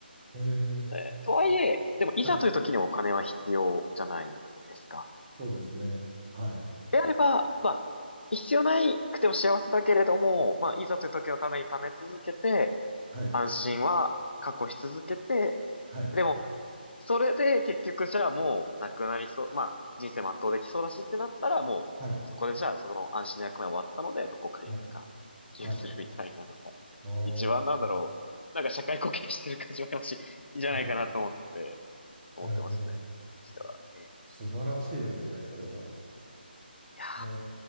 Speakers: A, on the right; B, on the left.
A: ええ。
B: えーとはいえ、でもいざという時にお金は必要じゃないですか。
A: はい。そうですね。はい。
B: であれば、まあ、必要なくても幸せだけれども、まあ、いざという時のために貯め続けて、
A: はい。
B: 安心は確保し続けて、
A: はい。
B: でも、それで結局じゃあもうなくなりそう、まあ人生全うできそうだしってなったらもうそこでじゃあそこの安心の役目終わったのでどこかになんか寄付するみたいなのが
A: はい。はい。はい。あー
B: 一番なんだろう、なんか社会貢献してる感じもあるし、いいんじゃないかなと思って、
A: はい。
B: 思ってますね。
A: なるほど。
B: としては。ええ
A: 素晴らしいですね、それは。
B: いや
A: お